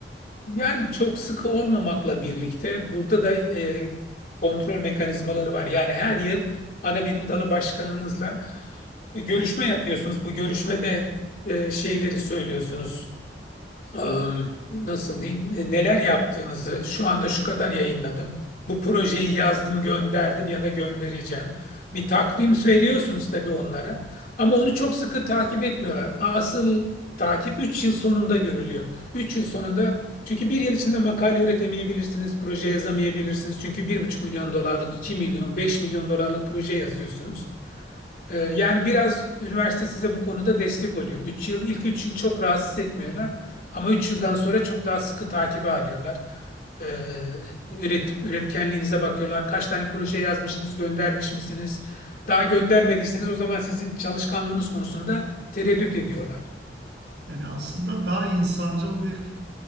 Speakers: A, on the left; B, on the right.
A: Yani çok sıkı olmamakla birlikte burada da e, kontrol mekanizmaları var. Yani her yıl ana bilim dalı başkanınızla e, görüşme yapıyorsunuz. Bu görüşmede e, şeyleri söylüyorsunuz. Am, nasıl diyeyim e, neler yaptığınızı şu anda şu kadar yayınladım. Bu projeyi yazdım, gönderdim ya da göndereceğim. Bir takvim veriyorsunuz tabii onlara ama onu çok sıkı takip etmiyorlar. Asıl takip 3 yıl sonunda görülüyor. 3 yıl sonunda çünkü bir yıl içinde makale üretemeyebilirsiniz, proje yazamayabilirsiniz. Çünkü bir buçuk milyon dolarlık, 2 milyon, 5 milyon dolarlık proje yazıyorsunuz. Ee, yani biraz üniversite size bu konuda destek oluyor. 3 yıl, ilk 3 yıl çok rahatsız etmiyorlar ama 3 yıldan sonra çok daha sıkı takibe alıyorlar. Ee, üret, üretkenliğinize bakıyorlar. Kaç tane proje yazmışsınız, göndermiş misiniz? Daha göndermediyseniz o zaman sizin çalışkanlığınız konusunda tereddüt ediyorlar.
B: Yani aslında daha insancıl bir